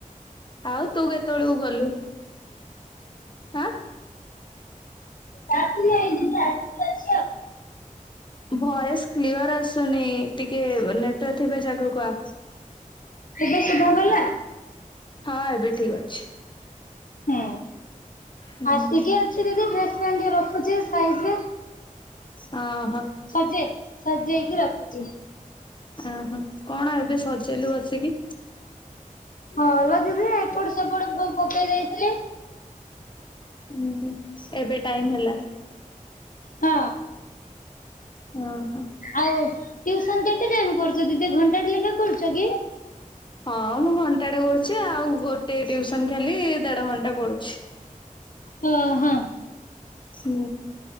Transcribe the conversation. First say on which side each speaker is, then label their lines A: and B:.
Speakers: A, on the left (about 35°); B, on the left (about 75°).
A: ଆଉ ତୁ କେତେବେଳକୁ ଗଲୁ? ହାଁ?
B: <inaudible>
A: ଭଏସ କ୍ଲିଅର ଆସୁନି ଟିକେ ନେଟୱର୍କ ଥିବା ଜାଗାକୁ ଆ।
B: ଏବେ ଶୁଭାଗଲା?
A: ହଁ ଏବେ ଠିକ ଅଛି।
B: ହୁଁ।
A: ହୁଁ
B: ଆସିକି ଅଛି ଦିଦି ଡ୍ରେସ ଟ୍ ରଖୁଚି ସାଇଜ୍ ରେ।
A: ହଁ ହଁ।
B: ସଜେଇ ସଜେଇକି ରଖୁଚି।
A: ଅହୋ କଣ ଏବେ ସଜେଇଲୁ ବସିକି?
B: ହଁ ଯଉଥିଲି ଏପଟ ସେପଟ ପକେଇ ଦେଇଥିଲେ।
A: ହୁଁ ହୁଁ ଏବେ ଟାଇମ ହେଲା?
B: ହଁ
A: ଓହୋ
B: ଆଉ। ଟ୍ୟୁସନ କେତେ ଟାଇମ୍ କରୁଚ ଦିଦି ଘଣ୍ଟାଟେ ଲେଖା କରୁଛ କି?
A: ହଁ ମୁଁ ଘଣ୍ଟାଟେ କରୁଛି ଆଉ ଗୋଟେ ଟ୍ୟୁଉସନ ଖାଲି ଦେଢ଼ ଘଣ୍ଟା କରୁଛି।
B: ହଁ ହଁ।
A: ହୁଁ।